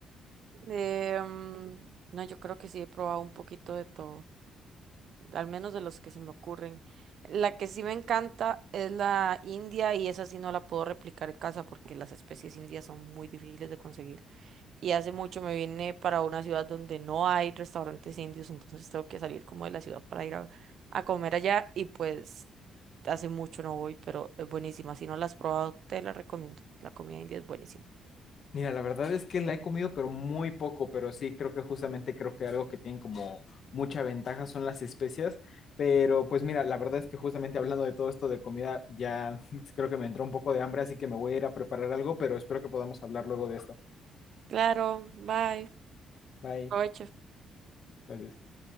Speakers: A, on the right (about 65°); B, on the left (about 55°).
A: Eh, mm, no, yo creo que sí he probado un poquito de todo. al menos de los que se me ocurren. La que sí me encanta es la india y esa sí no la puedo replicar en casa porque las especies indias son muy difíciles de conseguir. Y hace mucho me vine para una ciudad donde no hay restaurantes indios, entonces tengo que salir como de la ciudad para ir a, a comer allá y pues hace mucho no voy, pero es buenísima. Si no la has probado, te la recomiendo. La comida india es buenísima.
B: Mira, la verdad es que la he comido, pero muy poco, pero sí, creo que justamente creo que algo que tienen como mucha ventaja son las especias, pero pues mira, la verdad es que justamente hablando de todo esto de comida, ya <laughs> creo que me entró un poco de hambre, así que me voy a ir a preparar algo, pero espero que podamos hablar luego de esto.
A: Claro, bye.
B: Bye.
A: Provecho.
B: Gracias.